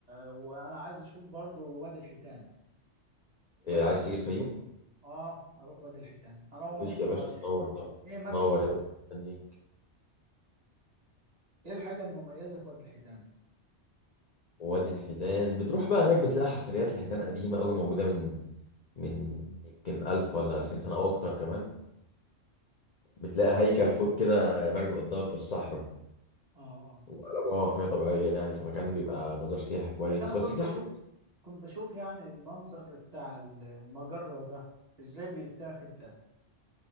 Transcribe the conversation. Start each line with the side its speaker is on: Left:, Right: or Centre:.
Right: وانا عايز اشوف برضو وادي الحيتان وادي
Left: آه، عايز تيجي الفيوم
Right: اه اروح وادي الحيتان انا ما
Left: مفيش
Right: رحتهاش
Left: يا باشا
Right: ايه
Left: تنور طبعا.
Right: إيه مثلا
Left: تنور يا باشا مستنيك.
Right: ايه الحاجة المميزة في وادي الحيتان
Left: ووادي الحيتان بتروح بقى هناك بتلاقي حفريات الحيتان قديمة قوي موجودة من من يمكن ألف ولا ألفين سنة أو أكتر كمان بتلاقي هيكل حوت كده مرمي قدامك في الصحراء
Right: اه اه
Left: وقلبوها محمية طبيعية يعني في مكان بيبقى مزار سياحي كويس
Right: بس انا كنت
Left: بس في
Right: بشوف
Left: حاجات
Right: كنت بشوف يعني المنظر بتاع المجرة ده ازاي بيتاخد ده